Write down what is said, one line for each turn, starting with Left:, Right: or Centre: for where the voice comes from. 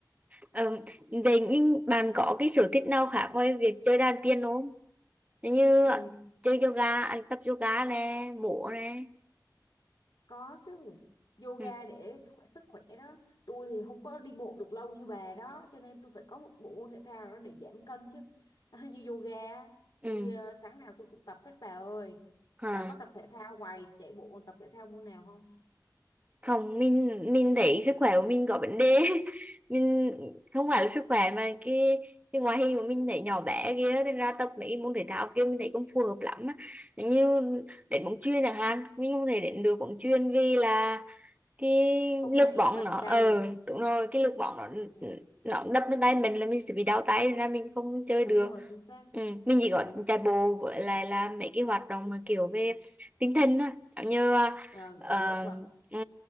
Right: Ờ, vậy nhưng bạn có cái sở thích nào khác ngoài việc chơi đàn piano không? Như
Left: ừ.
Right: chơi yoga, à, tập yoga nè, múa nè.
Left: Có chứ. Yoga
Right: Ừ.
Left: để khỏe sức khỏe đó. Tôi thì không có đi bộ được lâu như bà đó, cho nên tôi phải có một bộ môn thể thao đó để giảm cân chứ. <laughs> như yoga, á,
Right: Ừ.
Left: tôi ờ, sáng nào tôi cũng tập hết bà ơi.
Right: Hả?
Left: Bà có tập thể thao ngoài chạy bộ còn tập thể thao môn nào không?
Right: Không, mình mình thấy sức khỏe của mình có vấn đề. <laughs> Mình không phải là sức khỏe mà cái cái ngoại hình của mình thấy nhỏ bé kia nên ra tập mấy môn thể thao kia mình thấy không phù hợp lắm á. Như đến bóng chuyền chẳng hạn, mình không thể đến được bóng chuyền vì là cái
Left: Không
Right: lực
Left: nhảy
Right: bóng
Left: bật
Right: nó ờ
Left: cao được.
Right: đúng rồi cái lực bóng nó
Left: Ừ,
Right: nó đập lên tay mình là mình sẽ bị đau tay nên là mình không chơi
Left: đúng
Right: được
Left: rồi, chính xác.
Right: ừ. mình chỉ có
Left: Ừ,
Right: chạy bộ với lại là mấy cái hoạt động mà kiểu về tinh thần thôi giống như
Left: ờ,
Right: ờ,
Left: nghệ thuật.
Right: ừ,